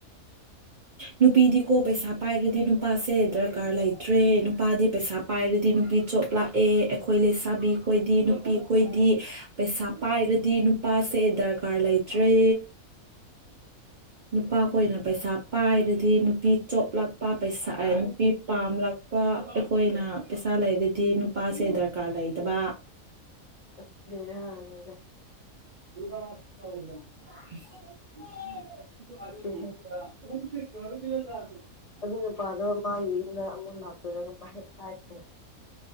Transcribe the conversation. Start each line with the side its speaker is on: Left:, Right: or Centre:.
Right: ꯅꯨꯄꯤꯗꯤꯀꯣ ꯄꯩꯁꯥ ꯄꯥꯏꯔꯗꯤ ꯅꯨꯄꯥꯁꯦ ꯗꯔꯀꯥꯔ ꯂꯩꯇ꯭ꯔꯦ ꯅꯨꯄꯥꯗꯤ ꯄꯩꯁꯥ ꯄꯥꯏꯔꯗꯤ ꯅꯨꯄꯤ ꯆꯣꯞꯂꯥꯛꯑꯦ ꯑꯩꯈꯣꯏ ꯂꯩꯁꯥꯕꯤ ꯈꯣꯏꯗꯤ ꯅꯨꯄꯤ ꯈꯣꯏꯗꯤ ꯄꯩꯁꯥ ꯄꯥꯏꯔꯗꯤ ꯅꯨꯄꯥꯁꯦ ꯗꯔꯀꯥꯔ ꯂꯩꯇ꯭ꯔꯦ ꯅꯨꯄꯥꯈꯣꯏꯅ ꯄꯩꯁꯥ ꯄꯥꯏꯕꯗꯤ ꯅꯨꯄꯤ ꯆꯣꯞꯂꯛꯄ ꯄꯩꯁꯥ ꯑ ꯅꯨꯄꯤ ꯄꯥꯝꯂꯛ ꯄꯥ ꯑꯩꯈꯣꯏꯅ ꯄꯩꯁꯥ ꯂꯩꯔꯗꯤ ꯅꯨꯄꯥꯁꯦ ꯗꯔꯀꯥꯔ ꯂꯩꯇꯕ
Left: ꯑꯁ ꯕꯦꯔꯥꯅꯤꯗ
Right: <unintelligible> <unintelligible> <unintelligible> <unintelligible>
Left: ꯅꯠꯇꯦꯍꯦ
Right: <unintelligible> <unintelligible>
Left: ꯑꯗꯨ ꯅꯨꯄꯥꯗꯣ ꯃꯥꯒꯤ ꯌꯨꯝꯗ ꯑꯃꯨꯛ ꯂꯥꯛꯇꯔꯒ ꯃꯍꯦꯞ ꯇꯥꯏꯗꯦ